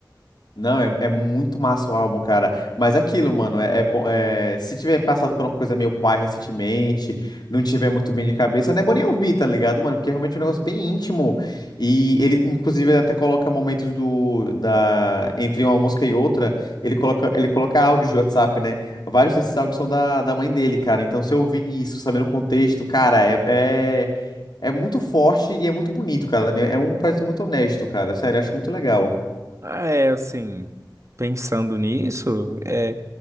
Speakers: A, on the left; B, on the right.
A: Não, é, é muito massa o álbum, cara. Mas é aquilo, mano, é, é bom. é, se tiver passado por uma coisa meio pai recentemente, não tiver muito bem de cabeça, não é bom nem ouvir, tá ligado, mano? Porque é realmente um negócio bem íntimo. E ele, inclusive, ele até coloca momentos do, da, entre uma música e outra, ele coloca, ele coloca áudios de WhatsApp, né? Vários desses áudios são da, da mãe dele, cara. Então, se eu ouvir isso, sabendo o contexto, cara, é, é, é muito forte e é muito bonito, cara. É é um projeto muito honesto, cara. Sério, eu acho muito legal.
B: É, assim, pensando nisso. é